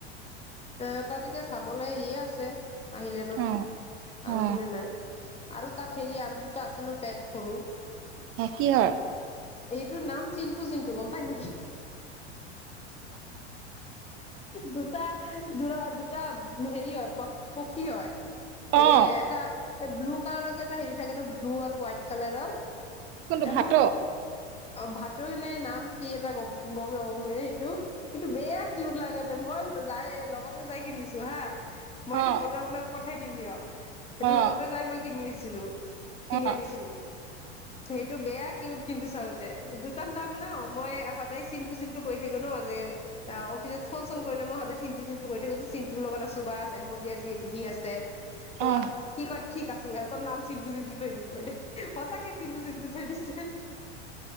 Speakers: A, on the left; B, on the right.
A: এ তাত এতিয়া চাবলৈ ইয়ে আছে। আহিলে ন,
B: অ
A: আৰু
B: অ
A: কোনে নাই আৰু তাত হেৰি আৰু দুটা আছে ন? পেট সৰু,
B: অ কিহৰ
A: এইটোৰ নাম চিন জিণ্টু, গম পাই নেকি? দুটা, দুৰা, দুটা হেৰি হয়, পক্ষী হয়। এ
B: অ
A: এটা এই ব্লু কালাৰৰ যে এটা হেৰি থাকে ন, ব্লু আৰু হোৱাইট কালাৰৰ এ
B: কোনটো ভাত
A: মোৰ ফ, অ', ভাটৌ অনিৰ নাম কি এটা গম-গমে-ওমে এইটো। এইটো বেয়া কিউট লাগাতে, মই লৈ যায়, লগতে যাই কিনিছো হা। মই এইটো
B: অ
A: ফটো আপোনাক প ঠাই দিম দিয়ক। সেইটো
B: অ',
A: লগতে যাই মই কিনিছ ছিলো। কিনি
B: অ',
A: আনিছিলো, সেইটো বেয়া কিউট কিন্তু চাওঁতে, দুটা নাম মানে অময়ে, সদায় চিন্টু চিন্টু কই থাকো ন, যে এ অফিচত ফোন-চোন কৰিলে মই সদায় চিন্টু চিন্টু কৰি থাকো, যে চিন্টুৰ লগত আছো বাছ এম দি এতে সি আছে। ত
B: অ',
A: সি ক'ত ঠিক আছে, ইহঁতৰ নাম চিন্টু, জিন্টু থৈ দিম মই দেহ, সঁচাকে চিন্টু, জিন্টু থৈ দিছে,